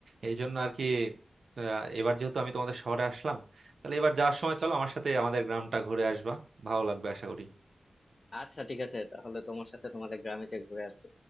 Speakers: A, on the right; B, on the left.
A: এই জন্য আর কি আহ, এবার যেহেতু আমি তোমাদের শহরে আসলাম তাহলে এবার যাওয়ার সময় চলো আমার সাথে আমাদের গ্রামটা ঘুরে আসবা ভালো লাগবে আশা করি
B: আচ্ছা ঠিক আছে তাহলে তোমার সাথে তোমাদের গ্রামে যে ঘুরে আসবো